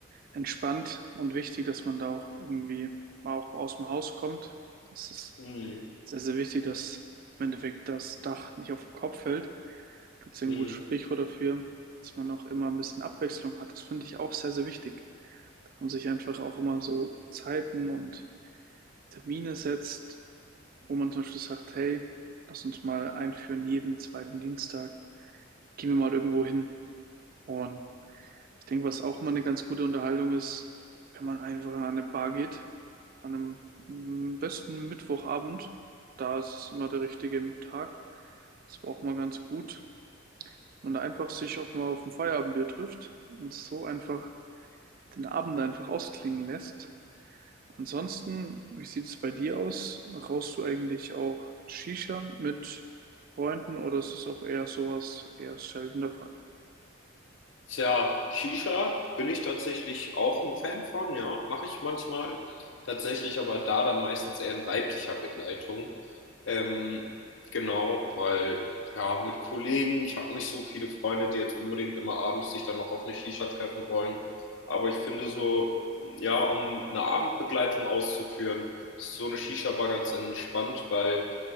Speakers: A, on the right; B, on the left.
A: entspannt und wichtig, dass man da auch irgendwie mal auch aus dem Haus kommt. Das ist
B: Mhm.
A: sehr, sehr wichtig, dass im Endeffekt das Dach nicht auf den Kopf fällt. Gibt es ein
B: Mhm.
A: gutes Sprichwort dafür, dass man auch immer ein bisschen Abwechslung hat. Das finde ich auch sehr, sehr wichtig dass man sich einfach auch immer so Zeiten und Termine setzt, wo man zum Beispiel sagt, hey, lass uns mal einführen jeden zweiten Dienstag, gehen wir mal irgendwo hin. Und ich denke, was auch mal eine ganz gute Unterhaltung ist, wenn man einfach an eine Bar geht, an einem mm, besten Mittwochabend, da ist es immer der richtige Tag. Das war auch mal ganz gut, wenn man da einfach sich auch mal auf ein Feierabendbier trifft und so einfach den Abend einfach ausklingen lässt. Ansonsten, wie sieht es bei dir aus? Rauchst du eigentlich auch Shisha mit Freunden oder ist es auch eher sowas, eher selten der Fall?
B: Tja, Shisha bin ich tatsächlich auch ein Fan von, ja, mache ich manchmal. Tatsächlich aber da dann meistens eher in weiblicher Begleitung. Ähm, genau, weil ja, mit Kollegen, ich habe nicht so viele Freunde, die jetzt unbedingt immer abends sich dann noch auf eine Shisha treffen wollen. Aber ich finde so, ja, um eine Abendbegleitung auszuführen, ist so eine Shisha-Bar ganz entspannt, weil